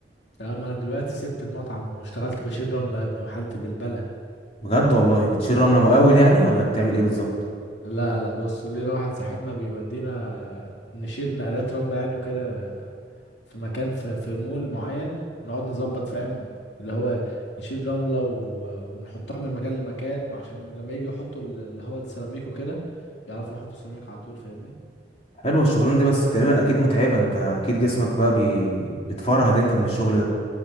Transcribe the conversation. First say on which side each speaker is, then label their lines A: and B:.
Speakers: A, on the left; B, on the left.
A: تمام أنا دلوقتي سبت المطعم واشتغلت بشيل رملة يا ابني وحالتي بالبلة
B: بجد والله بتشيل رملة مقاول يعني ولا بتعمل ايه بالظبط
A: لا لا بص لينا واحد صاحبنا بيودينا نشيل نقلات رملة يعني وكده في مكان في, في المول معين نقعد نظبط فاهم اللي هو نشيل رملة و... ونحطها من مكان لمكان وعشان لما يجي يحطوا ال- اللي هو السيراميك وكده يعرفوا يحطوا السيراميك على طول فاهمني
B: حلوة الشغلانة دي بس تقريبا اكيد متعبة انت اكيد جسمك بقى بي... بتفرهد انت من الشغل ده